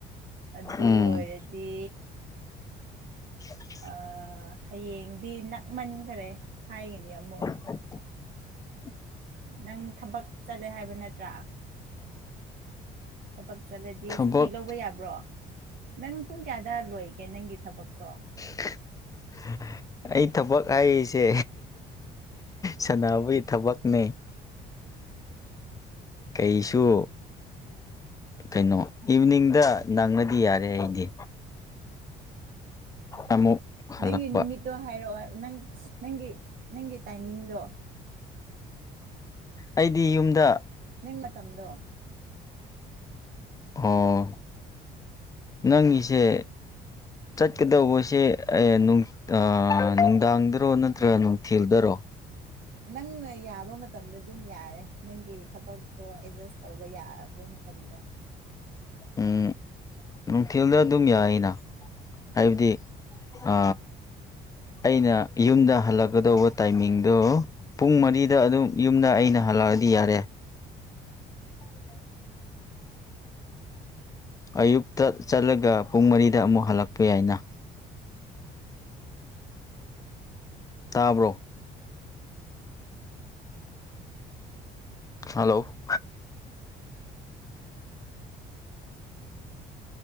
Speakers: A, on the right; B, on the left.
A: ꯑꯗꯨ
B: ꯎꯝ
A: ꯑꯣꯏꯔ ꯗꯤ
B: <inaudible>
A: ꯑ ꯍꯌꯦꯡꯗꯤ ꯅꯛꯃꯟꯈꯔꯦ ꯍꯥꯏꯒꯅꯤ ꯑꯃꯨꯛ
B: <inaudible>
A: ꯅꯪ ꯊꯕꯛ ꯆꯠꯂꯦ ꯍꯥꯏꯕ ꯅꯠꯇ꯭ꯔꯥ ꯊꯕꯛ ꯆꯠꯂꯗꯤ
B: ꯊꯕꯛ
A: ꯁꯨꯇꯤ ꯂꯧꯕ ꯌꯥꯕ꯭ꯔꯣ ꯅꯪ ꯄꯨꯡ ꯀꯌꯥꯗ ꯂꯣꯏꯒꯦ ꯅꯪꯒꯤ ꯊꯕꯛꯇꯣ
B: <inaudible> ꯑꯩ ꯊꯕꯛ ꯍꯥꯏꯔꯤꯁꯦ ꯁꯥꯟꯅꯕꯒꯤ ꯊꯕꯛꯅꯦ ꯀꯩꯁꯨ ꯀꯩꯅꯣ ꯏꯕꯤꯅꯤꯡꯗ ꯅꯪꯉꯗꯤ ꯌꯥꯔꯦ ꯑꯩꯗꯤ ꯑꯃꯨꯛ ꯍꯜꯂꯛꯄ
A: ꯅꯪꯒꯤ ꯅꯨꯃꯤꯠ ꯇꯣ ꯍꯥꯏꯔꯛꯑꯣ ꯅꯪ ꯅꯪꯒꯤ ꯅꯪꯒꯤ ꯇꯥꯏꯃꯤꯡꯗꯣ
B: ꯑꯩꯗꯤ ꯌꯨꯝꯗ
A: ꯅꯪ ꯃꯇꯝꯗꯣ
B: ꯑꯣ ꯅꯪꯒꯤꯁꯦ ꯆꯠꯀꯗꯧꯕꯁꯦ ꯑꯦ ꯅꯨꯡ ꯑ ꯅꯨꯡꯗꯥꯡꯗꯔꯣ ꯅꯠꯇ꯭ꯔꯒ ꯅꯨꯡꯊꯤꯜꯗꯔꯣ
A: ꯅꯪꯅ ꯌꯥꯕ ꯃꯇꯝꯗ ꯑꯗꯨꯝ ꯌꯥꯔꯦ ꯅꯪꯒꯤ ꯊꯕꯛꯇꯣ ꯑꯦꯖꯁ ꯇꯧꯕ ꯌꯥꯔꯕ ꯃꯇꯝꯗꯣ
B: ꯎꯝ ꯅꯨꯡꯊꯤꯜꯗ ꯑꯗꯨꯝ ꯌꯥꯏꯅ ꯍꯥꯏꯕꯗꯤ ꯑ ꯑꯩꯅ ꯌꯨꯝꯗ ꯍꯜꯂꯛ ꯀꯗꯧꯕ ꯇꯥꯏꯃꯤꯡꯗꯣ ꯄꯨꯡ ꯃꯔꯤꯗ ꯑꯗꯨꯝ ꯌꯨꯝꯗ ꯑꯩꯅ ꯍꯜꯂꯛꯑꯗꯤ ꯌꯥꯔꯦ ꯑꯌꯨꯛꯇ ꯆꯠꯂꯒ ꯄꯨꯡ ꯃꯔꯤꯗ ꯑꯃꯨꯛ ꯍꯜꯂꯛꯄ ꯌꯥꯏꯅ ꯇꯥꯕ꯭ꯔꯣ ꯍꯜꯂꯣ